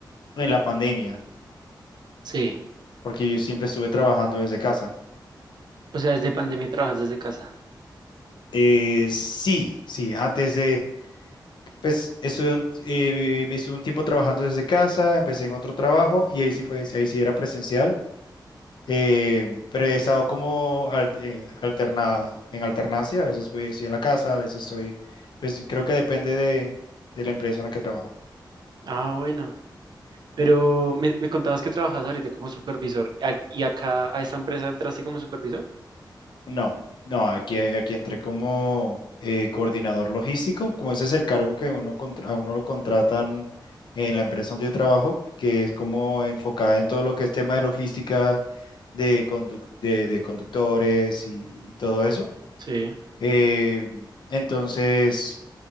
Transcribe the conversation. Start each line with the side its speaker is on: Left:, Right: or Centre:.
Left: en la pandemia,
Right: sí.
Left: porque yo siempre estuve trabajando desde casa.
Right: O sea, desde pandemia trabajas desde casa.
Left: Eh, sí, sí, antes de, pues estuve un, eh, me estuve un tiempo trabajando desde casa, empecé en otro trabajo y ahí sí fue, ahí sí era presencial, eh, pero he estado como al- eh, alternada, en alternancia, a veces voy, estoy en la casa, a veces estoy, pues creo que depende de, de la empresa en la que trabajo.
Right: Ah, bueno, pero me, me contabas que trabajas ahorita como supervisor a- y acá a esta empresa entraste como supervisor.
Left: No, no, aquí, aquí entré como eh, coordinador logístico, como ese es el cargo que uno contra- a uno lo contratan en la empresa donde yo trabajo, que es como enfocada en todo lo que es tema de logística, de, conduc- de, de conductores y, y todo eso.
Right: Sí.
Left: Eh, entonces,